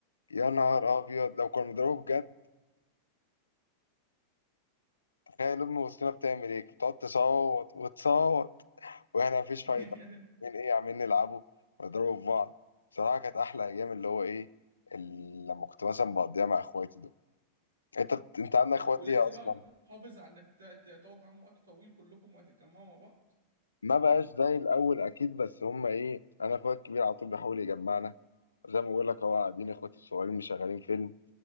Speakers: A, on the left; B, on the right.
A: يا نهار ابيض لو كنا بنضربه بجد تخيل امي وسطنا بتعمل ايه كانت بتقعد تصوت وتصوت واحنا مفيش
B: <laughs>
A: فايده من ايه عمالين نلعبه ونضربه في بعض بصراحه كانت احلى ايام اللي هو ايه ال- لما كنت مثلا بقضيها مع اخواتي دول انت بت... انت عندك اخوات
B: ولسه
A: ايه اصلا
B: بقى محافظ على انك ت- ت- تقعد معاهم وقت طويل كلكم وهتتجمعوا مع بعض
A: ما بقاش زي الاول اكيد بس هم ايه انا اخويا الكبير على طول بيحاول يجمعنا زي ما بقول لك اهو قاعدين اخواتي الصغيرين مشغلين فيلم